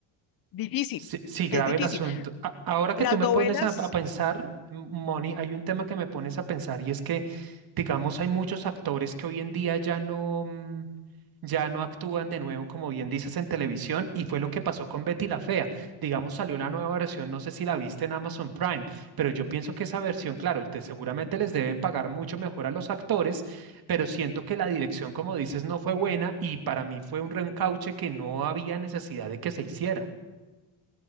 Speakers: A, on the left; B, on the right.
A: difícil,
B: Sí, sí, grave
A: es difícil.
B: el asunto. A- ahora que
A: Las
B: tú me
A: novelas,
B: pones a, a pensar, M- Moni, hay un tema que me pones a pensar y es que, digamos, hay muchos actores que hoy en día ya no. mm, ya no actúan de nuevo, como bien dices, en televisión, y fue lo que pasó con Betty la Fea. Digamos, salió la nueva versión, no sé si la viste en Amazon Prime, pero yo pienso que esa versión, claro, de- seguramente les deben pagar mucho mejor a los actores, pero siento que la dirección, como dices, no fue buena y para mí fue un reencauche que no había necesidad de que se hiciera